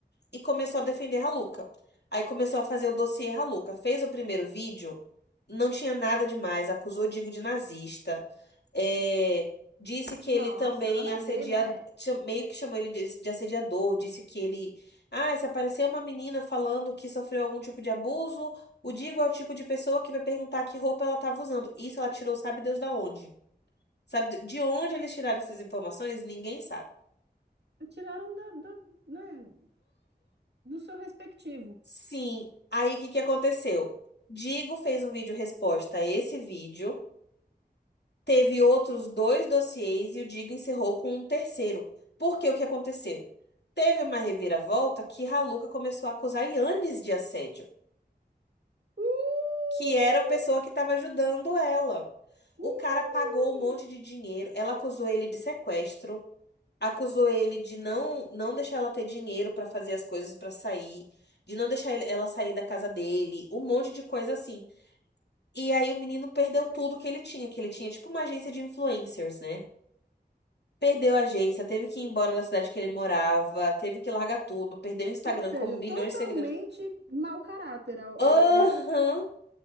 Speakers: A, on the left (about 75°); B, on the right (about 75°).
A: e começou a defender Haluca. Aí começou a fazer o dossiê Haluca. Fez o primeiro vídeo, não tinha nada demais, acusou o Digo de nazista, é, disse que
B: Nossa,
A: ele também
B: nada a
A: assedia,
B: ver, né?
A: cha- meio que chamou ele de, de assediador, disse que ele, ah, se aparecer uma menina falando que sofreu algum tipo de abuso, o Digo é o tipo de pessoa que vai perguntar que roupa ela estava usando. Isso ela tirou, sabe Deus da onde? Sabe de onde eles tiraram essas informações? Ninguém sabe.
B: Tiraram da, da- né, do seu respectivo.
A: Sim. Aí o que que aconteceu? Digo fez um vídeo resposta a esse vídeo, teve outros dois dossiês e o Digo encerrou com um terceiro. Porque o que aconteceu? Teve uma reviravolta que Raluca começou a acusar Yannis de assédio,
B: Uh!
A: que era a pessoa que estava ajudando ela. O
B: Uh!
A: cara pagou um monte de dinheiro, ela acusou ele de sequestro, acusou ele de não não deixar ela ter dinheiro para fazer as coisas para sair de não deixar ele- ela sair da casa dele, um monte de coisa assim. E aí o menino perdeu tudo que ele tinha, que ele tinha tipo uma agência de influencers, né? Perdeu a agência, teve que ir embora da cidade que ele morava, teve que largar tudo, perdeu o Instagram
B: Ou seja,
A: com milhões
B: totalmente
A: de seguidores.
B: mau caráter a- o,
A: Aham.
B: o outro.